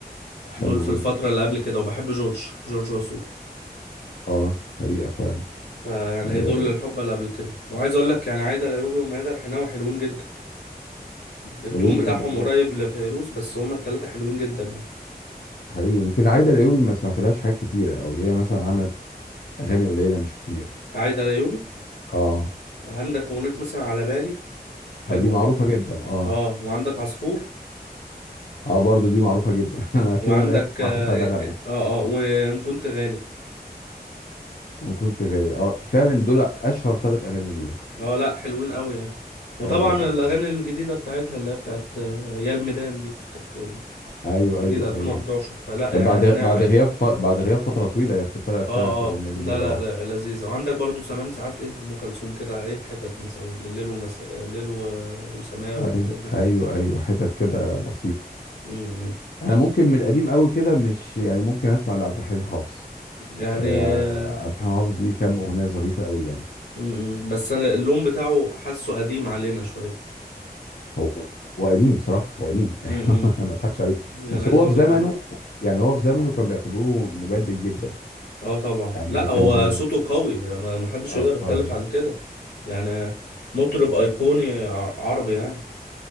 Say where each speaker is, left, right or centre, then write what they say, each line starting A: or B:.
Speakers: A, on the left; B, on the left.
A: حلو
B: دول في الفترة
A: جدا
B: اللي قبل كده وبحب جورج جورج وسوف
A: اه حقيقة فعلا
B: فيعني
A: آه
B: دول الحقبة اللي قبل كده وعايز أقول لك يعني عادة الأيوبي وميادة الحناوي حلوين جدا التون
A: حلوين
B: بتاعهم
A: جدا جدا
B: قريب لفيروز بس هما التلاتة حلوين جدا يعني
A: حقيقي يمكن عايدة الأيوبي ما سمعتلهاش حاجات كتيرة أوي هي مثلا عملت أغاني قليلة مش كتير
B: عادة الأيوبي
A: اه
B: عندك أغنية مثلا على بالي حلوة
A: آه، دي معروفة جدا اه
B: اه وعندك عصفور
A: اه برضو دي معروفة جدا <laughs> أنا
B: وعندك
A: في يوم من الأيام كنت
B: اه
A: حاططها نغمة
B: اه آه، آه، آه، وان كنت غالي
A: وكنت غالي اه فعلا
B: مم.
A: دول أشهر ثلاث أغاني ليها
B: اه لا حلوين قوي يعني وطبعا
A: أيوه
B: الاغاني الجديده بتاعتها اللي هي بتاعت آه، يا الميدان دي كانت آه،
A: أيوه
B: جديده
A: أيوه
B: 2011
A: أيوه
B: فلا
A: كانت
B: يعني
A: بعد
B: اغانيها
A: بعد
B: حلوه
A: غياب ف... بعد غياب فترة طويلة هي طلعت
B: اه
A: فعلا في الأغنية
B: اه
A: دي
B: لا
A: مرة
B: لا
A: واحدة
B: لا لذيذه وعندك برضو زمان ساعات ايه ام كلثوم كده ايه حتت مثلا الليل ومساء الليل و... وسماء والحاجات
A: أيوه
B: دي
A: أيوه أيوه حتت كده بسيطة
B: مم.
A: انا ممكن من القديم قوي كده مش يعني ممكن اسمع لعبد الحليم حافظ
B: يعني
A: آه،
B: آه،
A: عبد الحليم حافظ ليه كام اغنيه ظريفه قوي يعني
B: مم. بس انا اللون بتاعه حاسه قديم علينا شويه
A: هو هو قديم بصراحه هو قديم <laughs> يعني
B: مم.
A: ما اضحكش عليك
B: يعني
A: بس
B: عايز
A: هو
B: اقول
A: في زمنه
B: لك
A: يعني هو في زمنه كان بيعتبروه مجدد جدا
B: اه طبعا
A: يعني
B: لا
A: كان
B: هو
A: ب...
B: صوته قوي لما ما حدش
A: آه
B: يقدر يختلف عن كده يعني مطرب ايقوني ع- عربي يعني